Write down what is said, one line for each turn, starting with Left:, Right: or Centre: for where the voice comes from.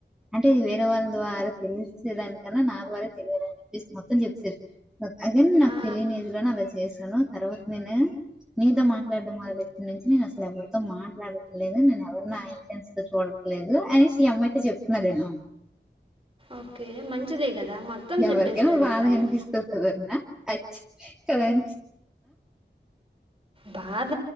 Centre: అంటేది వేరే వాళ్ళ ద్వారా తెలిసేదానికన్నా నా ద్వారా తెలియదుని చెప్పేసి మొత్తం చెప్పసాడు అదైన్ నాకు
Right: ఆ
Centre: తెలియలేదు లే అలా చేశాను తర్వాత నేను నీతో మాట్లాడడం మొదలెట్టిన్ నుంచి నేన్ అసల్ ఎవరితో మాట్లాడట్లేదు నేను ఎవరిని ఆహ్ ఇంటెన్షన్ తో చూడట్లేదు అనేసి ఈ అమ్మయి తో చెప్తున్నాదేను
Right: ఓకే మంచిదే కదా మొత్తం
Centre: ఎవరికై
Right: చెప్పేశాడు
Centre: నువ్వు బాధగా
Right: తను
Centre: కనిపిస్తుంట దన్న అ చ్చ కద <unintelligible>
Right: బా